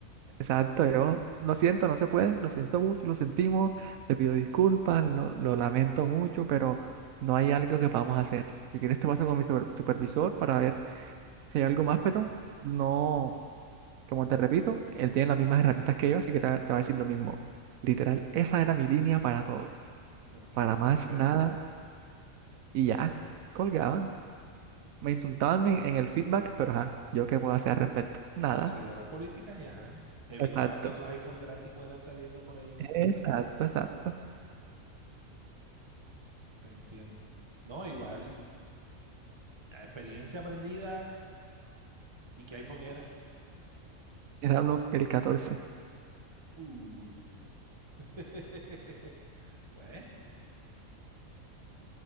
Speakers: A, on the right; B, on the right.
A: Exacto, yo, lo siento, no se puede, lo siento mucho, lo sentimos, te pido disculpas, lo, lo lamento mucho, pero no hay algo que podamos hacer. Si quieres te paso con mi super- supervisor para ver si hay algo más, pero no, como te repito, él tiene las mismas herramientas que yo, así que te, te va a decir lo mismo. Literal, esa era mi línea para todo,
B: Ok,
A: para más
B: perfecto.
A: nada y ya, colgaban. Me insultaban en, en el feedback, pero ajá, ¿yo qué puedo hacer al respecto? Nada.
B: Tú seguías la política y ajá, evitaba
A: Exacto.
B: que otros iPhone gratis fueran saliendo por ahí.
A: Exacto, exacto.
B: Te entiendo. No, igual, experiencia aprendida y qué iPhone era.
A: Era uno el catorce,
B: Uh. <laughs> Bueno,